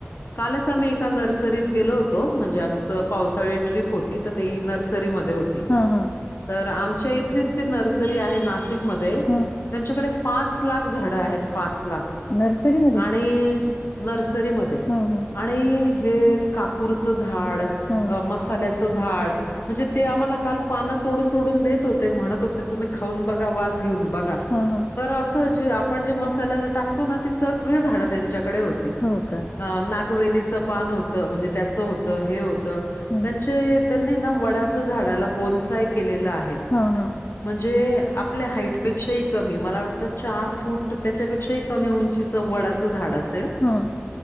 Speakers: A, on the left (about 60°); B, on the left (about 40°).
A: कालच आम्ही एका नर्सरीत गेलो होतो. म्हणजे आमचं पावसाळी ट्रीप होती. तर ते नर्सरीमध्ये होती.
B: ह ह,
A: तर आमच्या इथलीस ती नर्सरी आहे नाशिकमध्ये.
B: हा
A: त्यांच्याकडे पाच लाख झाडं आहेत पाच लाख.
B: नर्सरीमध्ये
A: आणि नर्सरीमध्ये ध्ये
B: हा हा
A: आणि हे कापूरचं झाड,
B: हा
A: मसाल्या चं झाड म्हणजे ते आम्हाला काल पान तोडून तोडून देत होते. म्हणत होते तुम्ही खाऊन बघा. वास घेऊन बघा.
B: हा हा
A: तर असं जे आपण जे मसाल्याला टाकतो ना, ती सगळी झाडं त्यांच्याकडे होती.
B: हो का
A: अ नागवेलीचं पान होतं. म्हणजे त्याचं होतं. हे होतं
B: ह
A: त्यांचे त्यांनी ना, वडाच झाडाला बोन्साय केलेलं आहे.
B: हा हा
A: म्हणजे आपल्या हाईटपेक्षाही कमी मला वाटतं चार फूट त्याच्यापेक्षाही कमी उंचीचं वडाचं झाड असेल.
B: ह,